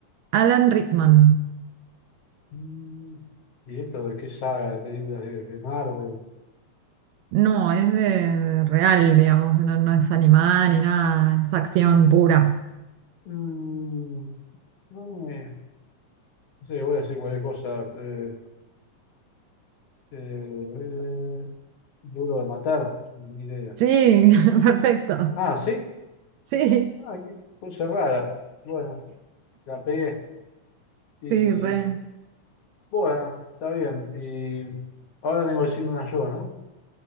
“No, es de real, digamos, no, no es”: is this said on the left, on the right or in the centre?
Right